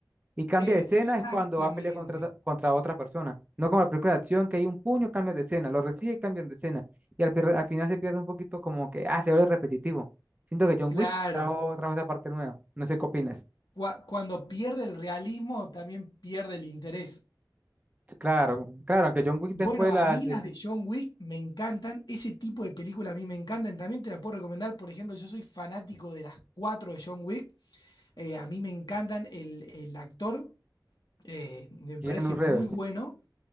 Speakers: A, on the right (about 20°); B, on the left (about 70°).
A: y cambia
B: exactamente,
A: de escena es cuando va a pelear contra, otra- contra otra persona. No como la película de acción, que hay un puño, cambia de escena, lo recibe y cambian de escena. Y al, pier- al final se pierde un poquito como que, ah, se vuelve repetitivo. Siento que John
B: claro.
A: Wick trajo, trajo esa parte nueva. No sé qué opinas.
B: Cua- Cuando pierde el realismo, también pierde el interés.
A: Claro, claro, aunque John Wick
B: Bueno,
A: después de la
B: a mí
A: secuela
B: las de John Wick me encantan, ese tipo de películas a mí me encantan, también te las puedo recomendar, por ejemplo, yo soy fanático de las cuatro de John Wick, Eh, a mí me encantan el, el actor, eh, me parece
A: en Reverse.
B: muy bueno,